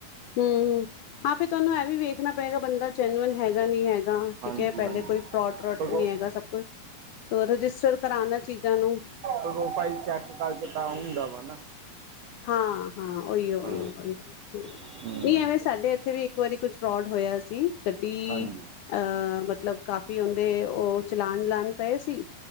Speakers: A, on the left; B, on the right.
A: ਹਮ ਹ ਆ ਫਿਰ ਤੁਹਾਨੂੰ ਇਹ ਵੀ ਵੇਖਣਾ ਪਏਗਾ ਬੰਦਾ ਜੈਨੂਅਨ ਹੈਗਾ ਨੀ ਹੈਗਾ। ਠੀਕ
B: ਹਾਂਜੀ
A: ਹੈ ਪਹਿਲੇ
B: ਹਾਂਜੀ
A: ਕੋਈ ਫਰੋਡਰੋਡ
B: ਪਰ
A: ਨੀ
B: ਉਹ
A: ਹੈਗਾ ਸਭ ਕੁਛ ਰਜਿਸਟਰ ਕਰਾਣਾ ਚੀਜ਼ਾਂ ਨੂੰ
B: ਉਹ ਫਾਈਲ ਚੈਕ ਕਰਕੇ ਤਾਂ ਹੁੰਦਾ ਵਾ ਨਾ।
A: ਹਾਂ-ਹਾਂ ਉਓ-ਉਓ,
B: ਹਾਂ
A: ਉ
B: ਹੂੰ
A: ਨਹੀ ਐਵੇ ਸਾਡੇ ਇਥੇ ਵੀ ਇਕ ਵਾਰੀ ਕੁਛ ਫਰੋਡ ਹੋਇਆ ਸੀ। ਗੱਡੀ
B: ਹਾਂਜੀ
A: ਅਹ ਮਤਲਬ ਕਾਫ਼ੀ ਉਹਦੇ ਉਹ ਚਲਾਨ-ਲਾਨ ਪਏ ਸੀ।